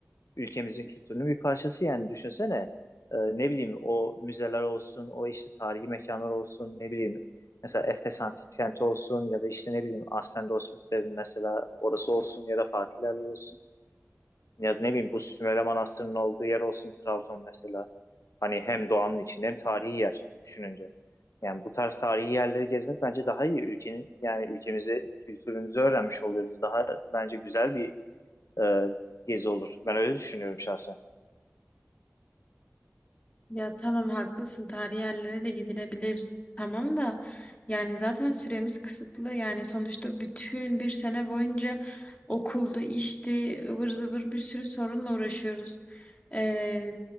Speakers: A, on the left; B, on the left.
A: ülkemizin kültürünün bir parçası yani düşünsene. E, ne bileyim o müzeler olsun, o işte tarihi mekanlar olsun, ne bileyim mesela Efes Antik Kenti olsun ya da işte ne bileyim Aspendos mesela orası olsun ya da farklı yerler olsun. Ya ne bileyim bu Sümele Manastırı'nın olduğu yer olsun Trabzon mesela. Hani hem doğanın içinde hem tarihi yer düşününce. Yani bu tarz tarihi yerleri gezmek bence daha iyi. Ülkenin yani ülkemizi, kültürümüzü öğrenmiş oluyoruz. Daha bence güzel bir e, gezi olur. Ben öyle düşünüyorum şahsen.
B: Ya tamam haklısın tarihi yerlere de gidilebilir tamam da yani zaten süremiz kısıtlı yani sonuçta bütün bir sene boyunca okuldu işti ıvır zıvır bir sürü sorunla uğraşıyoruz. Ee,